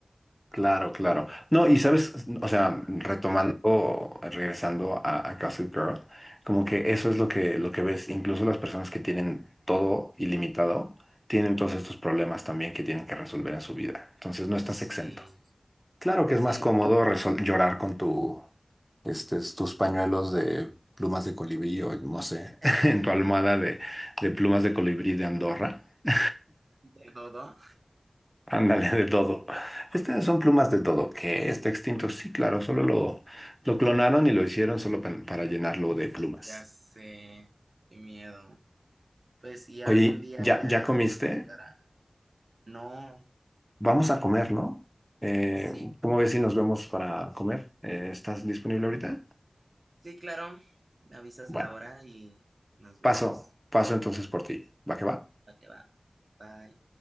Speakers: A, in the centre; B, on the right (about 65°).
A: Claro, claro. No, y sabes, o sea, retomando, regresando a, a Gossip Girl, como que eso es lo que, lo que ves, incluso las personas que tienen todo ilimitado, tienen todos estos problemas también que tienen que resolver en su vida. Entonces no estás
B: Sí,
A: exento. Claro que
B: sí,
A: es más cómodo resol- llorar con tu, este, tus pañuelos de plumas de colibrí o no sé,
B: <laughs>
A: <laughs> en tu almohada de, de plumas de colibrí de Andorra. <laughs>
B: de todo,
A: Ándale, de todo. Estas son plumas de todo. ¿Qué? ¿Está extinto? Sí, claro, solo lo, lo clonaron y lo hicieron solo pa- para llenarlo de plumas.
B: ya sé, qué miedo. Pues sí, algún
A: Oye,
B: día
A: ¿ya,
B: ya
A: ya comiste?
B: nos tocará. No,
A: Vamos a comer, ¿no? Eh,
B: sí,
A: ¿cómo ves si nos vemos para comer? Eh, ¿estás disponible ahorita?
B: sí, claro, me avisas
A: Bueno,
B: la hora y nos
A: paso,
B: vemos.
A: paso entonces por ti. ¿Va que va?
B: Ok, va, bye.